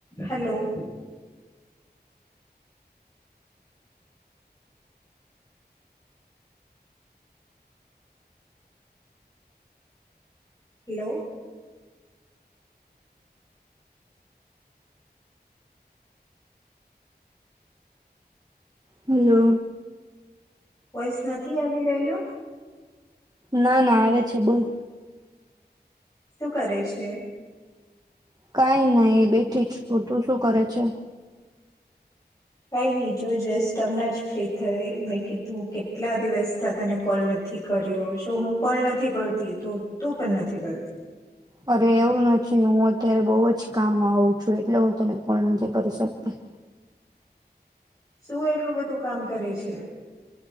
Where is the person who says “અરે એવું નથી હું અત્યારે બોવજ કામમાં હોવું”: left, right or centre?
Right